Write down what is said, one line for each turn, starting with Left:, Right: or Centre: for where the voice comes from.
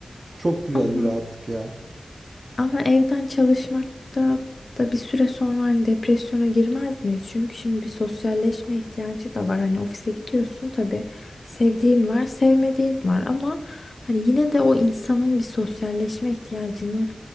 Right: Çok güzel
Left: ama
Right: bir rahatlık ya.
Left: ama evden çalışmakta da bir süre sonra hani depresyona girmez miyiz? Çünkü şimdi bir sosyalleşme ihtiyacı da var. Hani ofise gidiyorsun tabii sevdiğin var, sevmediğin var ama hani yine de o insanın bir sosyalleşme ihtiyacını